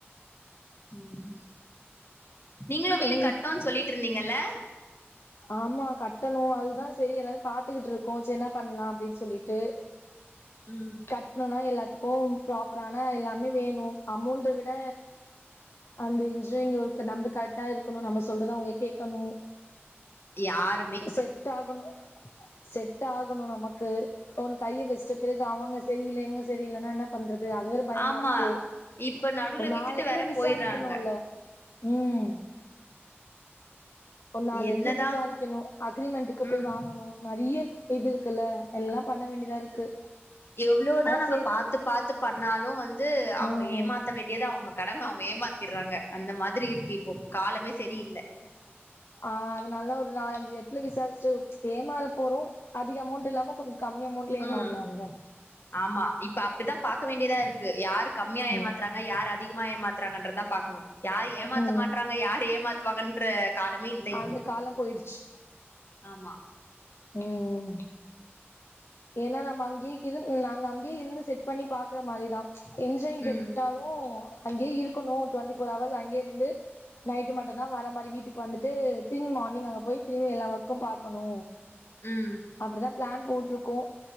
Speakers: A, on the left; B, on the left.
A: ம் நீங்களு வீடு
B: எங்க
A: கட்னுன்
B: இப்
A: சொல்லிட்டு இருந்தீங்கல்ல
B: ஆமா கட்டணு அதுதா செரி என்னது பாத்துக்கிட்டு இருக்கோ செ என்ன பண்லா அப்டின் சொல்லிட்டு
A: ம்
B: கட்ணுனா எல்லாத்துக்கு ப்ராப்பரான எல்லாமே வேணு அமௌண்ட விட அந்த இன்ஜினியரிங் ஒர்க் நம்ப கரெக்டா இருக்கணு நம்ம சொல்றத அவுங்க கேட்கணு
A: யார்
B: செட் ஆகணு செட் ஆகணு நமக்கு ஒன்னு கைய வச்சிட்ட பிறகு அவங்க சரியில்ல இவங்க சரியில்லன்னா என்னப் பண்றது அதுவேற பயமா
A: ஆமா
B: இருக்கு
A: இப்ப நடுவுல
B: ஒரு
A: விட்டுட்டு
B: நாலு எடத்துல
A: வேற
B: விசாரிக்கணுல
A: போயிடுறாங்க
B: ம் ஒரு நாலு
A: என்னதா
B: எடத்துல விசாரிக்கணு அக்ரிமெண்ட்டுக்கு
A: ம்
B: போய் வாங்கணு நறைய இது இருக்குல்ல எல்லா பண்ண வேண்டிதா இருக்கு
A: எவ்ளோதா
B: அதா
A: நம்ம
B: செரி
A: பாத்து பாத்து பண்ணாலு வந்து அவுங்க
B: ம்
A: ஏமாத்த வேண்டியது அவுங்க கடம அவுங்க ஏமாத்தடுறாங்க அந்த மாரி இருக்கு இப்போ காலமே சரியில்ல
B: ஆ அதனால ஒரு நாலஞ்சு எடத்துல விசாரிச்சு ஏமாற போறோ அதிக அமௌண்ட்ல இல்லாம கொஞ்சோ கம்மி அமௌண்ட்ல ஏமாறலாம்ல்ல
A: ம் ஆமா இப்ப அப்டிதா பாக்க வேண்டியதா இருக்கு யாரு கம்மியா ஏமாத்தறாங்
B: ம்
A: ஆன யார் அதிகமா ஏமாத்தறாங்கன்ற தா பாக்கணு யார் ஏமாத்த
B: ம்
A: மாற்றாங்க யார் ஏமாற்றுவாங்கன்ற காலமே இல்ல இப்போ
B: அந்த காலம் போயிடுச்சு
A: ஆமா
B: ம் ஏன்னா நம்ம அங்கியே இருந் நாங்க அங்கேயே இருந்து செட் பண்ணி பாக்குற மாரிதா என்ஜினியர்ட்ட
A: ம்
B: விட்டாலு ஓ அங்கேயே இருக்கணு டுவெண்ட்டி ஃபோர் அவர்ஸ் அங்கயே இருந்து நைட்டு மட்டுதா வர மாரி வீட்டுக்கு வந்துட்டு திரும்பி மார்னிங் அங்க போய் திரும்பி எல்லா வொர்க்கு பாக்கணு
A: ம்
B: அப்டிதா பிளான் போட்டிருக்கோ